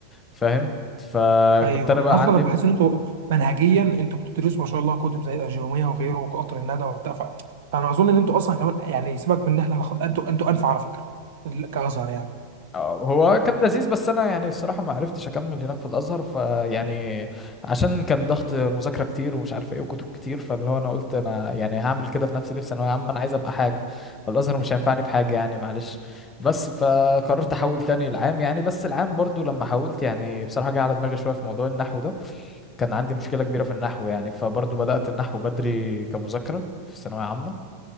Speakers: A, on the left; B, on the right.
A: فاهم فكنت
B: ايوه
A: انا بقى
B: انا اصلا
A: عندي
B: بحس ان انتوا منهجيا انتوا بتدرسوا ما شاء الله كتب زي الاجروميه وغيره وقطر الندى وبتاع ف- فانا اظن ان انتوا اصلا كمان يعني سيبك من ان احنا اللي خد... انتوا انتوا انفع على فكره ال- كازهر يعني
A: اه هو كان لذيذ بس انا يعني الصراحه ما عرفتش اكمل هناك في الازهر فيعني عشان كان ضغط مذاكره كتير ومش عارف ايه وكتب كتير فاللي هو انا قلت انا يعني هعمل كده في نفسي ليه في ثانويه عامه انا عايز ابقى حاجه فالازهر مش هينفعني بحاجه يعني معلش بس فقررت احول تاني العام يعني بس العام برضو لما حولت يعني بصراحه جه على دماغي شويه في موضوع النحو ده كان عندي مشكله كبيره في النحو يعني فبرضو بدات النحو بدري كمذاكره في ثانويه عامه